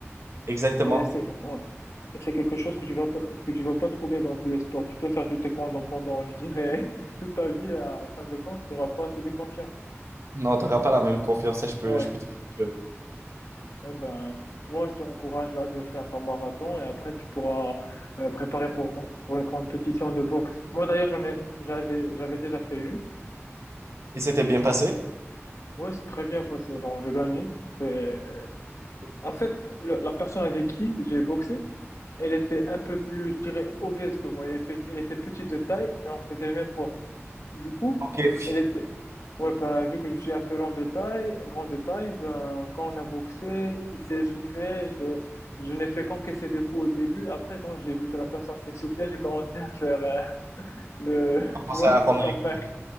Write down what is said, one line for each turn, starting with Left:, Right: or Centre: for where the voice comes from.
Right: Exactement.
Left: Et c'est ouais. Et c'est quelque chose que tu vas pas, que tu vas pas trouver dans tous les sports. Tu peux faire du taekwondo pendant, je dirais, <laughs> toute ta vie, à fin de compte, tu n'auras pas assez de confiance.
Right: Non, t'auras pas la même confiance, ça, je peux,
Left: Ouais,
Right: je peux te le dire.
Left: ouais ben, moi, je t'encourage là de faire ton marathon et après, tu pourras euh, préparer pour, pour une compétition de boxe. Moi, d'ailleurs, j'en ai, j'avais, j'avais déjà fait une.
Right: Et c'était bien
Left: une petite,
Right: passé?
Left: Ouais, c'est très bien passé. Genre, j'ai gagné. C'était- En fait, le- la personne avec qui j'ai boxé, elle était un peu plus, je dirais, obèse que moi. Elle, est pe- elle était petite de taille, mais on faisait le même poids. Du coup,
Right: Ok, faut
Left: elle était. Ouais, ben, vu que je suis un peu lent de taille, grand de taille, ben, quand on a boxé, il s'est essoufflé. j'ai- Je n'ai fait qu'encaisser des coups au début. Après, quand j'ai vu que la personne s'est essoufflée, j'ai commencé à faire euh, le, <laughs>
Right: commencer
Left: tu vois,
Right: à rendre
Left: le comeback.
Right: les...